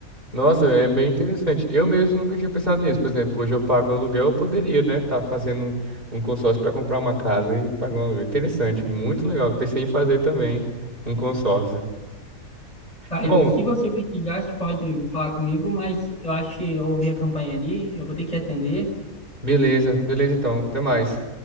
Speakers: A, on the right; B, on the left.
A: Nossa, é bem interessante. Eu mesmo nunca tinha pensado nisso. Por exemplo, hoje eu pago aluguel, eu poderia, né, tá fazendo um um consórcio para comprar uma casa e pagar um aluguel. Interessante, muito legal. Pensei em fazer também um consórcio.
B: Caio,
A: Bom,
B: se você precisar, você pode falar comigo, mas eu acho que eu ouvi a campanha ali, eu vou ter que atender.
A: beleza, beleza então. Até mais.